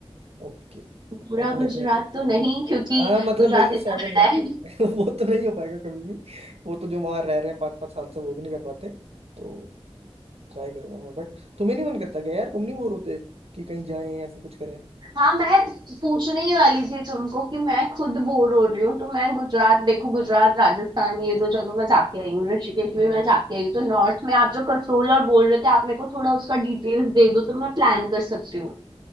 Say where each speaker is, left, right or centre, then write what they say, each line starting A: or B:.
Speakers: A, on the right; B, on the right.
A: Okay I
B: पूरा
A: can
B: गुजरात
A: definitely
B: तो नहीं क्योंकि
A: हाँ मतलब
B: गुजरात
A: वही सेवन
B: इतना बड़ा
A: एट
B: है
A: <laughs> वो तो नहीं हो पाएगा कभी भी वो तो जो वहां रह रहे हैं पाँच पाँच साल से वो भी नहीं कर पाते तो ट्राई करूंगा मैं बट तुम्हें नहीं मन करता क्या यार तुम नहीं बोर होते कि कहीं जाएं या फिर कुछ करें
B: हाँ मैं पूछने ही वाली थी तुमको कि मैं खुद बोर हो रही हूँ तो मैं गुजरात देखो गुजरात राजस्थान ये दो जगह मैं जाके आई हूँ ऋषिकेश
A: हम्म
B: भी मैं जाके आई हूँ तो नॉर्थ में आप जो कसोल और बोल रहे थे आप मेरे को थोड़ा उसका डिटेल्स दे दो तो मैं प्लान कर सकती हूँ